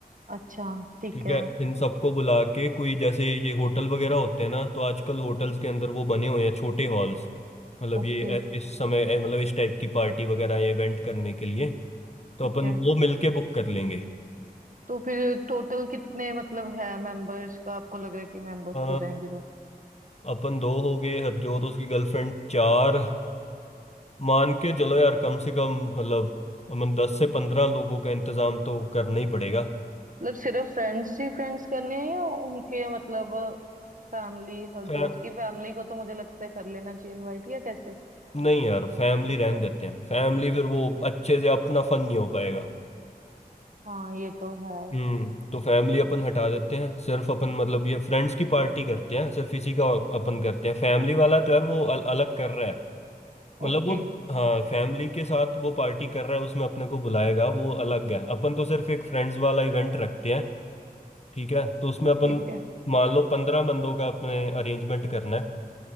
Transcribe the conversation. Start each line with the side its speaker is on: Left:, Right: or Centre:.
Right: अच्छा ठीक
Left: ठीक
Right: है
Left: है इन सबको बुला के कोई जैसे ये होटल वगैरह होते हैं ना तो आजकल होटल्स के अंदर वो बने हुए हैं छोटे हॉल्स मतलब
Right: ओके
Left: ये ऐ- इस समय ऐ- मतलब इस टाइप की पार्टी वगैरह या इवेंट करने के लिए तो
Right: ठीक
Left: अपन
Right: है
Left: वो मिलके बुक कर लेंगे
Right: तो फिर टोटल कितने मतलब है मेंबर्स का आपको लग रहा है कि मेंबर्स
Left: अ,
Right: हो जाएंगे तो
Left: अपन दो हो गए हरजोत उसकी गर्लफ्रेंड चार मान के चलो यार कम से कम मतलब अमन दस से पंद्रह लोगों का इंतजाम तो करना ही पड़ेगा
Right: मतलब सिर्फ फ्रेंड्स ही फ्रेंड्स करने हैं या उनके मतलब फैमिली और
Left: फै-
Right: जोत की फैमिली को तो मुझे लगता है कर लेना चाहिए इनवाइट या कैसे
Left: नहीं यार फैमिली रहने देते हैं फैमिली फिर वो अच्छे से अपना फन नहीं हो पाएगा
Right: हाँ ये तो है
Left: हम्म तो फैमिली अपन हटा देते हैं सिर्फ अपन मतलब ये फ्रेंड्स की पार्टी करते हैं सिर्फ इसी का अपन करते हैं फैमिली वाला तो यार वो अल, अलग कर रहा है मतलब
Right: ओके
Left: वो हाँ फैमिली के साथ वो पार्टी कर रहा है उसमें अपने को बुलाएगा वो अलग है अपन तो सिर्फ एक फ्रेंड्स वाला इवेंट रखते हैं ठीक है तो उसमें अपन
Right: ठीक है
Left: मान लो पंद्रह बंदों का अपने अरेंजमेंट करना है